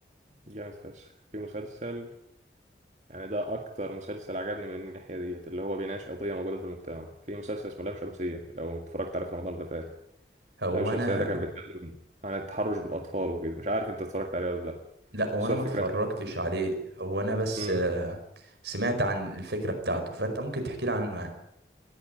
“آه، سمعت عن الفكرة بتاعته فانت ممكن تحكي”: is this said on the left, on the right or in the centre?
Right